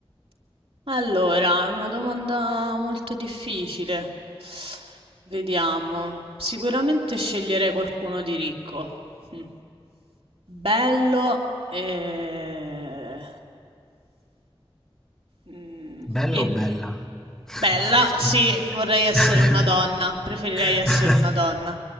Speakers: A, on the right; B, in the centre.
A: Allora, è una domanda molto difficile. Vediamo. Sicuramente sceglierei qualcuno di ricco. Mh. Bello e Mm,
B: Bello
A: e-
B: o bella? <laughs>
A: Bella, sì, vorrei essere una donna, preferirei essere una donna,